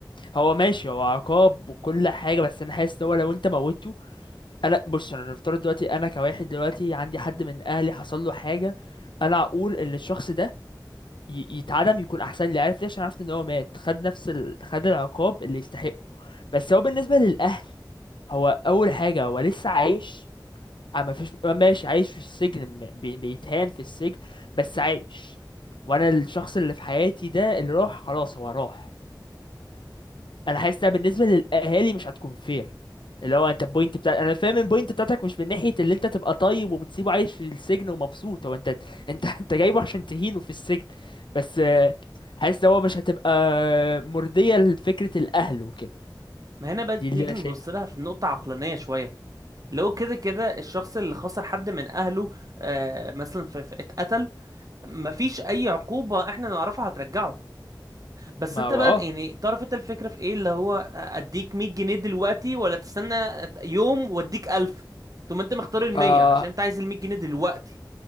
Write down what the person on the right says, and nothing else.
ما هنا بقى
نيجي
نبص
لها في نقطة عقلانية شوية اللي هو كده كده الشخص اللي خسر حد من أهله آه مثلا في في اتقتل مفيش أي عقوبة احنا نعرفها هترجعه بس
انت
بقى
يعني تعرف انت الفكرة في ايه اللي هو آه، اديك 100 جنيه دلوقتي ولا تستنى يوم واديك 1000 ثم انت مختار ال 100
عشان انت عايز ال 100 جنيه دلوقتي